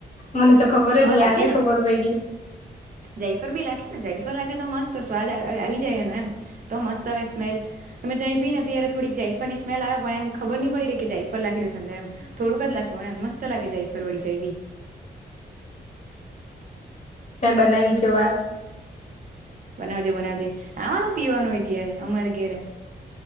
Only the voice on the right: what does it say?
હા
લાખે
ને
જાયફર બી લાખે જાયફર લખે તો મસ્ત સ્વાદ આવી જાયનો એમ તો મસ્ત આવે સ્મેલ અમે ચાય પીને અત્યારે થોડીક જાયફર ની સ્મેલ આવે પણ એમ ખબર નહી પડીહી કે જઝાયફ લખેલુંરમ થોડું જ લખવાનું એમ મસ્ત લાગે જાયફર ફરવડી ચાય બી
બનાવજે, બનાવજે. ખાવાનું-પીવાનું હોય ત્યારે અમારે ઘેરે.